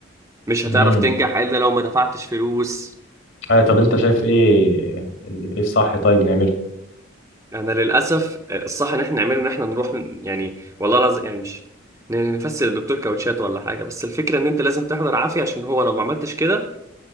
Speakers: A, on the right; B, on the left.
A: مش هتعرف
B: امم
A: تنجح الا لو ما دفعتش فلوس
B: ايوه طب انت شايف ايه ايه الصح طيب نعمله
A: انا للاسف آه، الصح ان احنا نعمله ان احنا نروح ن- يعني والله العظيم يعني مش ن- نفسر للدكتور كاوتشات ولا حاجه بس الفكره ان انت لازم تحضر عافيه عشان هو لو ما عملتش كده